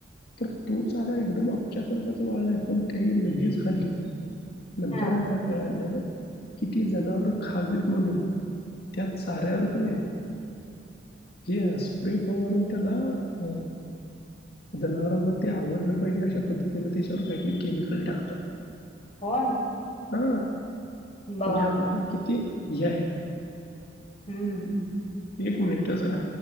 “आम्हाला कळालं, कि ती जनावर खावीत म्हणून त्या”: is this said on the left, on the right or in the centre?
Left